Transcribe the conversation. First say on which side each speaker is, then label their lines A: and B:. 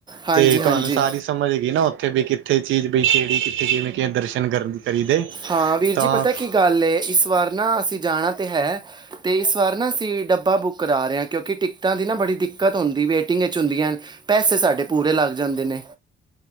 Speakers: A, on the right; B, on the right.
A: ਹਾਂਜੀ
B: ਤੇ
A: ਹਾਂਜੀ
B: ਤੁਹਾਨੂੰ ਸਾਰੀ ਸਮਝ ਗਈ ਨਾ ਉੱਥੇ ਵੀ ਕਿੱਥੇ ਚੀਜ਼ ਪਈ ਕਿਹੜੀ ਕਿੱਥੇ ਕਿਵੇਂ ਕਿਵੇਂ ਦਰਸ਼ਨ ਕਰਨ ਕਰੀ ਦੇ
A: ਹਾਂ ਵੀਰ
B: ਤਾਂ
A: ਜੀ ਪਤਾ ਕੀ ਗੱਲ ਇਸ ਵਾਰ ਨਾ ਅਸੀਂ ਜਾਣਾ ਤੇ ਹੈ ਅਤੇ ਇਸ ਵਾਰ ਨਾ ਅਸੀਂ ਡੱਬਾ ਬੁੱਕ ਕਰਾ ਰਹੇ ਹਾਂ ਕਿਉਂਕਿ ਟਿਕਟਾਂ ਦੀ ਨਾ ਬੜੀ ਦਿੱਕਤ ਹੁੰਦੀ ਵੇਟਿੰਗ ਵਿੱਚ ਹੁੰਦੀਆਂ ਹਨ ਪੈਸੇ ਸਾਡੇ ਪੂਰੇ ਲੱਗ ਜਾਂਦੇ ਨੇ